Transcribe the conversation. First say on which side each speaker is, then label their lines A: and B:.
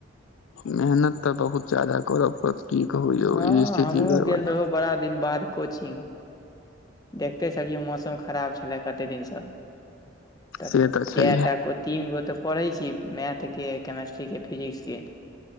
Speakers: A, on the left; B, on the left.
A: मेहनत तऽ बहुत ज्यादा करऽ पड़त की कहू
B: हँ
A: यौ ई स्थिति
B: हमहुँ
A: गड़बड़
B: गेल रहौ
A: यै।
B: बड़ा दिन बाद कोचिंग देखते छलियै मौसम खराब छलै कते दिनसँ तऽ
A: से छैहे
B: चे टा तीन गो तऽ पढ़ै छीय मैथके, केमेस्ट्रीके, फिजिक्सके